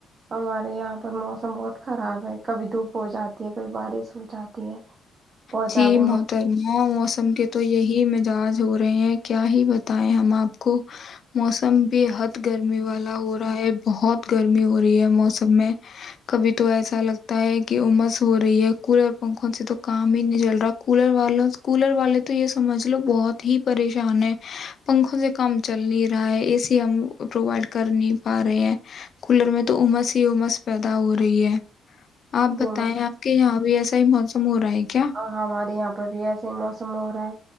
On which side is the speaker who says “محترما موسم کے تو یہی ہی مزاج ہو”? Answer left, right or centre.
Left